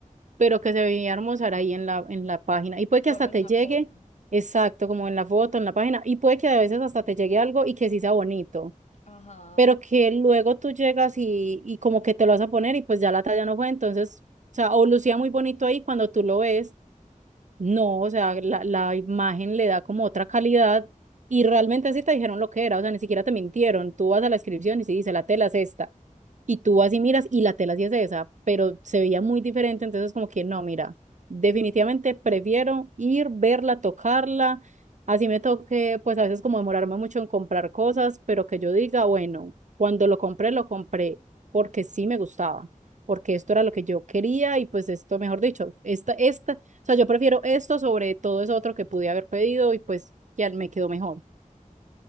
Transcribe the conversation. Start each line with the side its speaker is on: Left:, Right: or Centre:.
Right: pero que se veía hermosa era ahí en la, en la página. Y puede que
Left: Solo
Right: hasta te
Left: en la
Right: llegue,
Left: foto.
Right: exacto, como en la foto, en la página, y puede que a veces hasta te llegue algo y que sí sea bonito,
Left: Ajá,
Right: pero que luego tú llegas y, y como que te lo vas a poner y pues ya la talla no fue. Entonces, o sea, o lucía muy bonito ahí cuando tú lo ves no, o sea, la, la imagen le da como otra calidad y realmente así te dijeron lo que era, o sea, ni siquiera te mintieron. Tú vas a la descripción y se dice, la tela es esta. Y tú vas y miras y la tela sí es esa, pero se veía muy diferente, entonces como que no, mira, definitivamente prefiero ir, verla, tocarla. Así me toque, pues a veces como demorarme mucho en comprar cosas, pero que yo diga, bueno, cuando lo compré, lo compré porque sí me gustaba, porque esto era lo que yo quería y pues esto, mejor dicho, esta, esta o sea, yo prefiero esto sobre todo eso otro que pude haber pedido y pues ya me quedó mejor.